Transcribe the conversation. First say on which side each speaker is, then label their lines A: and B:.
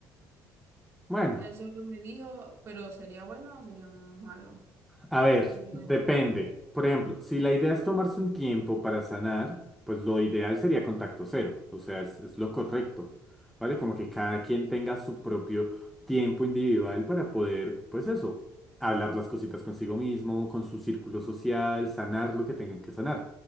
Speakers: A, in the centre; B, on the right.
A: Bueno.
B: Él solo me dijo, pero sería bueno o sería malo,
A: A ver,
B: o sería
A: depende.
B: mejor.
A: Por ejemplo, si la idea es tomarse un tiempo para sanar, pues lo ideal sería contacto cero. O sea, es, es lo correcto. ¿Vale? Como que cada quien tenga su propio tiempo individual para poder, pues eso, hablar las cositas consigo mismo, con su círculo social, sanar lo que tengan que sanar.